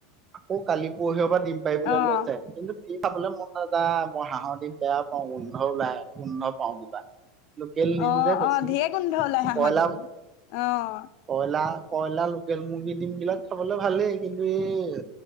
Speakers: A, on the right; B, on the left.
A: অ', কালি পৰহি পৰা দিম পাৰিবলৈ
B: অ',
A: লৈছে কিন্তু দিম খাবলৈ মন নাযায় মই হাঁহৰ দিম বেয় পাওঁ গোন্ধ ওলাই, গোন্ধ পাওঁ কিবা। লোকেল
B: অ',
A: দিম যে বেছি,
B: অ', ঢেৰ গোন্ধ ওলাই হাঁহৰ
A: কয়লা
B: ডিম। অ',
A: কয়লা-কয়লা লোকেল মুৰ্গীৰ দিম বিলাক খাবলে ভালেই কিন্তু এই,